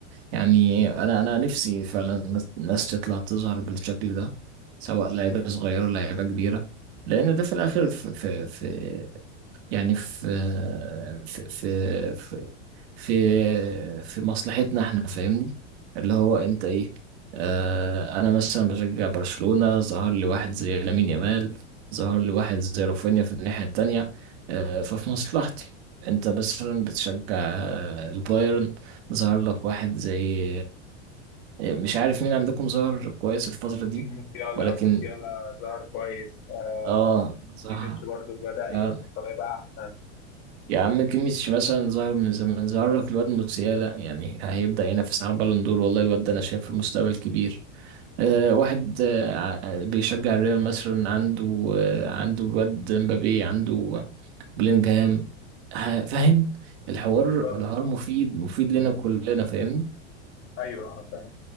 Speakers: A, on the right; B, on the left.
A: يعني انا انا نفسي فعلا الناس الناس تطلع تظهر بالشكل ده سواء لعيبه صغيره لعيبه كبيره لان ده في الاخر في في, في يعني في في في في في, في مصلحتنا احنا فاهمني اللي هو انت ايه آه انا مثلا بشجع برشلونه ظهر لي واحد زي لامين يامال ظهر لي واحد زي رافينيا في الناحيه التانيه آه ففي مصلحتي انت مثلا بتشجع آه، البايرن ظهر لك واحد زي مش عارف مين عندكم ظهر كويس الفترة دي
B: موسيالا
A: ولكن
B: موسيالا ظهر كويس آه
A: اه صح
B: ايميتش برضو بدأ يبقى
A: آه.
B: يبقى احسن
A: يا عم كيميتش مثلا ظهر من زمان ظهر لك الواد موسيالا يعني هيبدأ ينافس على بالون دور والله الواد ده انا شايف المستقبل كبير آه واحد آه بيشجع الريال مثلا عنده آه عنده الواد مبابي عنده بلينجهام آه، فاهم الحوار
B: بالظبط
A: الحوار
B: اه
A: مفيد مفيد لنا كلنا فاهمني
B: ايوه اه فاهم